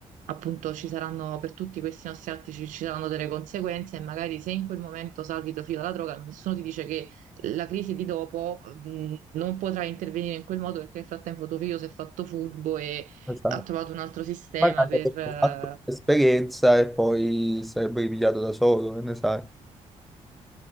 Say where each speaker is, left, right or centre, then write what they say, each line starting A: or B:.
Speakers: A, on the right (about 75°); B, in the centre.
A: appunto ci saranno per tutti questi nostri atti ci, ci saranno delle conseguenze e magari se in quel momento salvi tuo figlio dalla droga, nessuno ti dice che la crisi di dopo mh, non potrà intervenire in quel modo perché nel frattempo tuo figlio si è fatto furbo e
B: Esatto.
A: ha trovato un altro sistema
B: Magari
A: per...
B: avrebbe
A: eh,
B: fatto l'esperienza e poi sarebbe ripigliato da solo, che ne sai.